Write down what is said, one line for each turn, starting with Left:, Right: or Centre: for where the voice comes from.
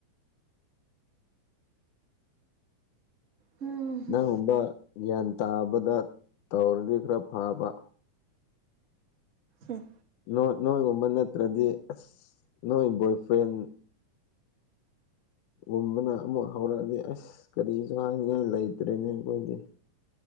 Right: ꯍꯝ ꯍꯝ
Left: ꯅꯪꯒꯨꯝꯕ ꯒ꯭ꯌꯥꯟ ꯇꯥꯕꯗ ꯇꯧꯔꯗꯤ ꯈꯔ ꯐꯕ
Right: ꯎꯝ
Left: ꯅꯣꯏ ꯅꯣꯏꯒꯨꯝꯕ ꯅꯠꯇ꯭ꯔꯗꯤ ꯑꯁ ꯅꯣꯏ ꯕꯣꯏꯐ꯭ꯔꯦꯟ ꯨꯝꯕꯅ ꯑꯃꯨꯛ ꯍꯧꯔꯛꯑꯗꯤ ꯑꯁ ꯀꯔꯤꯁꯨ ꯍꯥꯏꯅꯤꯡꯉꯥꯏ ꯂꯩꯇ꯭ꯔꯦꯅꯦ ꯑꯩꯈꯣꯏꯗꯤ